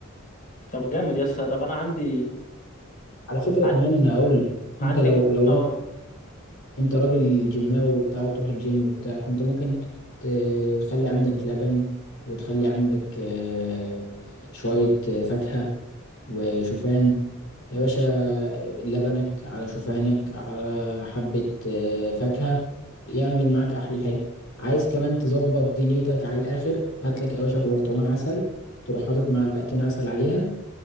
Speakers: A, on the left; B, on the left.
A: طب جامد يا اسطى طب انا عندي
B: على فكرة
A: عن...
B: كمان أقول لك
A: عندي
B: أنت لو لو
A: اه
B: انت راجل جيماوي وبتاع وتروح الجيم وبتاع فانت ممكن تخلي عندك لبن وتخلي عندك آه، شوية آه، فاكهة وشوفان يا باشا لبنك على شوفانك على حبة آه، فاكهة يعمل معاك أحلى حلو عايز كمان تظبط دنيتك على الآخر هات لك يا باشا برطمان عسل تروح حاطط معلقتين عسل عليها